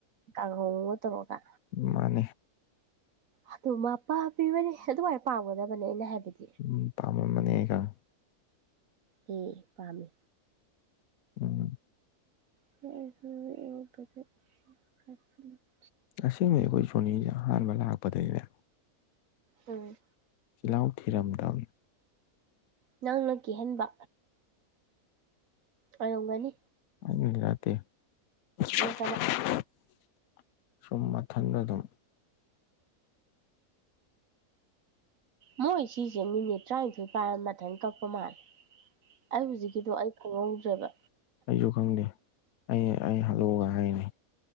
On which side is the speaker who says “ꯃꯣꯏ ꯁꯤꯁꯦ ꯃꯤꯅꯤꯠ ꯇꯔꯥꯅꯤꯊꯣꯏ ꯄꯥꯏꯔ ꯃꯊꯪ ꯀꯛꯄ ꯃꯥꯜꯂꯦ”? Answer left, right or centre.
Right